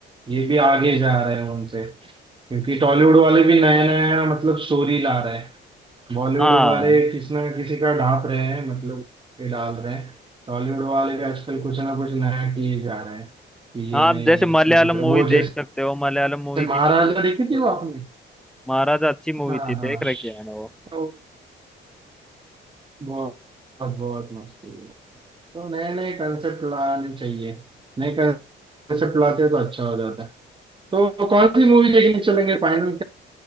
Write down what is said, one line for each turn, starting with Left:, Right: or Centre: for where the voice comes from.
Right: ये भी आगे जा रहे हैं उनसे क्योंकि टॉलीवुड वाले भी नया नया मतलब स्टोरी ला रहे हैं बॉलीवुड
Centre: हाँ
Right: वाले किसी ना किसी का ढाप रहे हैं मतलब ये डाल रहे हैं टॉलीवुड वाले भी आजकल कुछ ना कुछ नया किए जा रहे हैं कि
Centre: हाँ
Right: ये
Centre: आप
Right: नहीं
Centre: जैसे मलयालम
Right: इसमें कुछ वो
Centre: मूवी देख
Right: जैसे
Centre: सकते हो मलयालम मूवी की
Right: महाराजा
Centre: काफी अच्छी-
Right: देखी थी वो आपने
Centre: महाराजा अच्छी मूवी
Right: हाँ
Centre: थी देख
Right: हाँ
Centre: रखी है मैंने वो
Right: तो बहुत बहुत मस्त थी तो नए नए कंसेप्ट लाने चाहिए नए कंसेप्ट लाते हैं तो अच्छा हो जाता है तो कौन सी मूवी देखने चलेंगे फाइनल